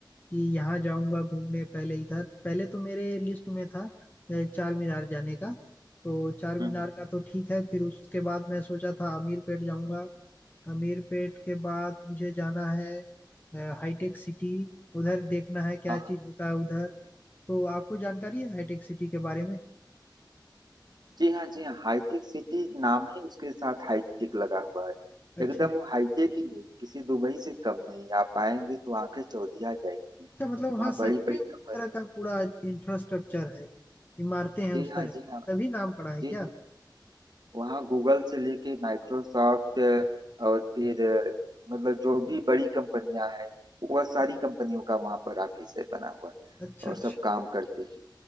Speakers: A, on the left; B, on the right.
A: कि यहाँ जाऊँगा घूमने पहले इधर पहले तो मेरे लिस्ट में था अ, चार मीनार जाने का तो चार मीनार
B: हम्म, हम्म।
A: का तो ठीक है फिर उसके बाद मैं सोचा था आमीर पेट जाऊँगा अमीरपेट के बाद मुझे जाना है अ, हाईटेक सिटी उधर देखना है क्या
B: हाँ हाँ।
A: चीज होता है उधर तो आपको जानकारी है हाईटेक सिटी के बारे में
B: जी हाँ जी हाँ हाईटेक सिटी नाम है उसके साथ हाईटेक लगा हुआ है
A: अच्छा
B: एकदम वो हाईटेक ही है किसी दुबई से कम नहीं आप आएंगे तो आंखें चौधिया जाएंगी
A: अच्छा मतलब वहाँ
B: वहाँ
A: सच
B: बड़ी
A: में
B: बड़ी
A: उस
B: कंपनी
A: तरह का पूरा इंफ्रास्ट्रक्चर है इमारतें हैं
B: जी
A: उस
B: हाँ
A: तरह की।
B: जी हाँ
A: तभी नाम पड़ा है
B: जी
A: क्या
B: जी वहाँ गूगल से लेके माइक्रोसॉफ्ट और फिर अ, मतलब जो भी बड़ी कंपनियां हैं वह सारी
A: हाँ
B: कंपनियों का वहाँ पर ऑफिस है बना हुआ
A: अच्छा
B: और
A: अच्छा
B: सब काम करते हैं